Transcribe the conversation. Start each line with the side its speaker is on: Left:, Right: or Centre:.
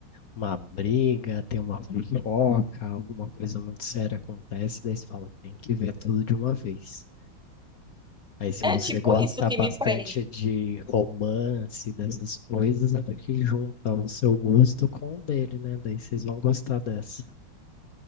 Left: uma briga, tem uma fofoca, alguma coisa muito séria acontece, daí você fala, tem que ver tudo de uma vez. Aí, se
Centre: É
Left: você
Centre: tipo
Left: gosta
Centre: isso que
Left: bastante
Centre: me prende.
Left: de romance, dessas coisas, acho que junta o seu gosto com o dele, né? Daí vocês vão gostar dessa.